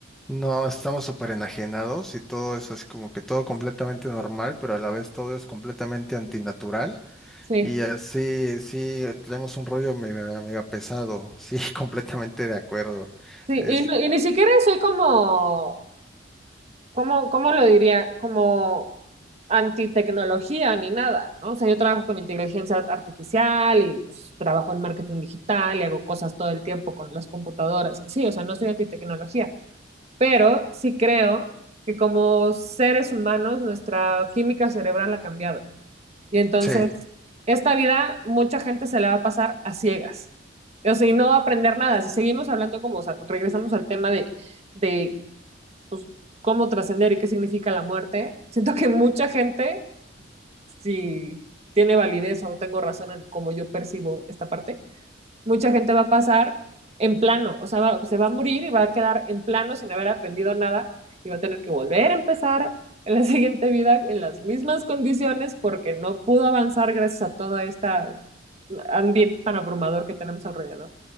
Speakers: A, in the centre; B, on the right (about 35°).
A: No, estamos súper enajenados y todo es así como que todo completamente normal, pero a la vez todo es completamente antinatural.
B: Sí,
A: Y así, sí, tenemos un rollo mega, mega pesado. Sí, <laughs> completamente de acuerdo.
B: sí,
A: Es,
B: y, no- y ni siquiera soy como, como, ¿cómo lo diría? Como antitecnología ni nada, ¿no? O sea, yo trabajo con inteligencia artificial y pues, trabajo en marketing digital y hago cosas todo el tiempo con las computadoras. sí, o sea, no soy antitecnología, pero sí creo que como seres humanos nuestra química cerebral ha cambiado. Y entonces,
A: sí.
B: esta vida, mucha gente se la va a pasar a ciegas. O sea, y no va a aprender nada. Si seguimos hablando como, o sea, regresamos al tema de, de pues, cómo trascender y qué significa la muerte, siento que mucha gente, si tiene validez o tengo razón en cómo yo percibo esta parte, mucha gente va a pasar en plano, o sea, va- se va a morir y va a quedar en plano sin haber aprendido nada y va a tener que volver a empezar en la <laughs> siguiente vida en las mismas condiciones porque no pudo avanzar gracias a todo este ambiente tan abrumador que tenemos alrededor.